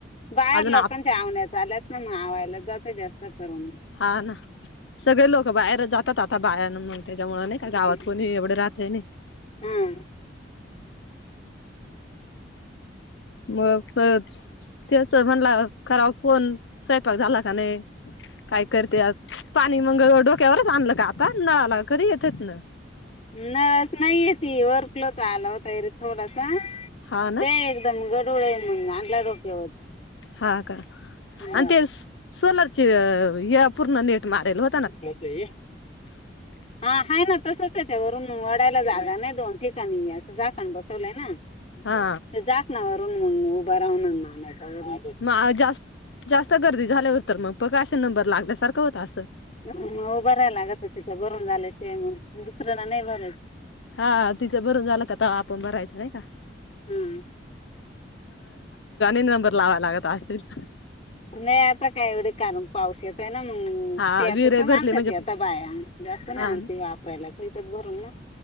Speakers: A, on the left; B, on the left.
A: बाहेर
B: अजून
A: लोकांच्या
B: आप
A: आवण्या आल्यात ना मग आवायला जातं जास्त करून
B: हा ना सगळे लोक बाहेर जातात आता बाहेर मुळे त्याच्यामुळे नाही का
A: हम्म
B: गावात कोणी एवढ राहतय नाही <unintelligible> <inaudible>
A: हा
B: मग त्याच म्हणला कराव फोन स्वयंपाक झाला का नाही काय करत्यात पाणी मग डोक्यावरनच आणलं का आता नळाला कधी येत तिथन
A: न नाहीय ती वर्कल तर आला होताय रे थोडासा
B: हा ना
A: ते एकदम गढूळ ये मग आणला डोक्यावर
B: हा का
A: हम्म.
B: आणि ते सोलरचे या पूर्ण नेट मारेल हो
A: कुट होत ये
B: <unintelligible>
A: हा हा ना तस त्याच्यावरून वडायला जागा नाही दोन ठिकाणी असं झाकण बसवलंय ना.
B: हा
A: ते झाकणावरून उभं राहून आणायचा वरून
B: मग जास् जास्त गर्दी झाल्यावर तर मग बघ असं नंबर लागल्यासारखं होता असंल
A: मग उभ राहायला लागत तिथं भरून झाल्याशिवाय मग दुसऱ्याला नाही भरायचं.
B: हा तिचं भरून झाला का तर आपण भरायचं नाही का
A: हम्म
B: नंबर लावायला लागत असतील
A: नाय आता काय एवढ काण पाऊस येत आहे ना मग
B: हा
A: त्या
B: विहिरही
A: पूरतच
B: भरली
A: आणतात
B: म्हणजे
A: आता बाया जास्त नाही
B: हा
A: आनती ठेत भरून ना